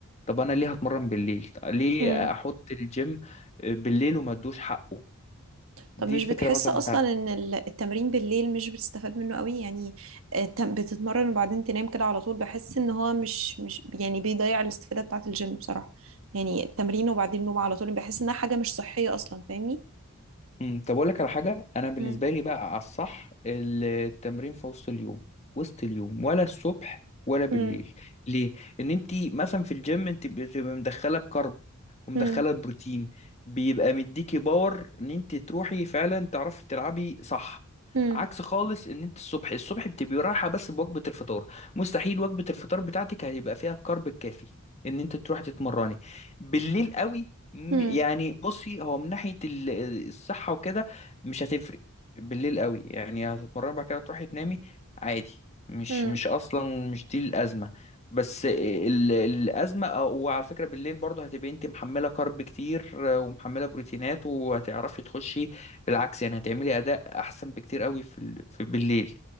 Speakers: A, on the left; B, on the right.
A: طب انا ليه هتمرن بالليل طب ليه
B: مم.
A: احط الجيم بالليل وما ادوش حقه
B: طب
A: دي
B: مش
A: فكرة
B: بتحس
A: مثلا
B: اصلا
A: بتاعتي
B: ان ال- التمرين بالليل مش بتستفاد منه قوي يعني التم- بتتمرن وبعدين تنام كده على طول بحس ان هو مش مش يعني بيضيع الاستفادة بتاعة الجيم بصراحة يعني التمرين وبعدين نوم على طول بحس انها حاجة مش صحية اصلا فاهمني
A: امم طب اقول لك على حاجه انا بالنسبه
B: مم.
A: لي بقى على الصح التمرين في وسط اليوم وسط اليوم ولا الصبح ولا بالليل
B: مم.
A: ليه ان انت مثلا في الجيم انت بتبقى مدخله الكرب ومدخله
B: مم.
A: البروتين بيبقى مديكي باور ان انت تروحي فعلا تعرفي تلعبي صح
B: مم.
A: عكس خالص ان انت الصبح الصبح بتبقي رايحه بس بوجبه الفطار مستحيل وجبه الفطار بتاعتك هيبقى فيها الكرب الكافي ان انت تروحي تتمرني بالليل قوي م-
B: مم.
A: يعني بصي هو من ناحية ال- الصحة وكده مش هتفرق بالليل قوي يعني هتتمرن بعد كده تروحي تنامي عادي مش
B: مم.
A: مش أصلا مش دي الأزمة بس ال- الأزمة أو- وعلى فكرة بالليل برضه هتبقي أنت محملة كارب كتير ومحملة بروتينات وهتعرفي تخشي بالعكس يعني هتعملي أداء أحسن بكتير قوي في ال- في بالليل